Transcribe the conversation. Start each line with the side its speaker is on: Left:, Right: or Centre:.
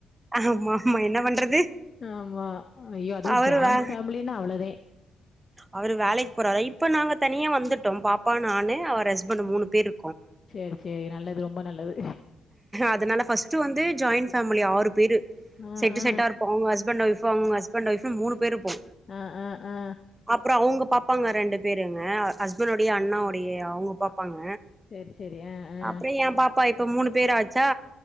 Right: ஆமா ஆமா என்ன பண்றது
Left: ஆமா அய்யோ அதுவு
Right: அவரு
Left: ஜாயின்ட்
Right: வே
Left: ஃபேம்லினா அவ்ளதே
Right: அவரு வேலைக்கு போறாரா இப்ப நாங்க தனியா வந்துட்டோம் பாப்பா நானு அவர் அஸ்பண்ட்டு மூனு பேரு
Left: சேர் சேரி நல்லது ரொம்ப நல்லது
Right: அதனால ஃபஸ்ட்டு வந்து ஜாயின்ட் ஃபேம்லி ஆறு பேரு
Left: ஆ,
Right: செட்டு
Left: ஆ.
Right: செட்டாருப்போ அவுங்க அஸ்பண்ட் ஒய்ஃப்ஃபு அவுங்க அஸ்பண்ட் ஒய்ஃப்ஃபுன் மூனு பேரு இருப்போ
Left: ஆ ஆ ஆ
Right: அப்றோ அவுங்க பாப்பாங்க ரெண்டு பேருங்க அஸ்பண்னுடைய அண்ணாவுடைய அவுங்க பாப்பாங்க
Left: சரி, சரி. ஆ, ஆ.
Right: அப்றோ எ பாப்பா இப்ப மூனு பேர் ஆச்சா